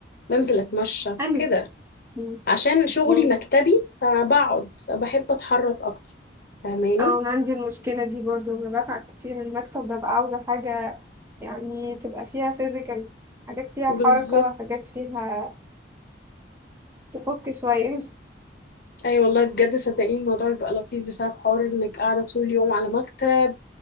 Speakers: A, on the left; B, on the right.
A: بنزل أتمشى
B: حلو
A: كده
B: مم.
A: عشان شغلي
B: مم.
A: مكتبي فبقعد فبحب أتحرك أكتر فاهماني
B: او انا عندي المشكله دي برضو انا بتعب كتير من المكتب ببقى عاوزه حاجه يعني تبقى فيها فيزيكال حاجات فيها
A: بالظبط
B: حركه حاجات فيها تفك شويه <laughs>
A: أي والله بجد صدقيني الموضوع بيبقى لطيف بسبب حوار إنك قاعدة طول اليوم على مكتب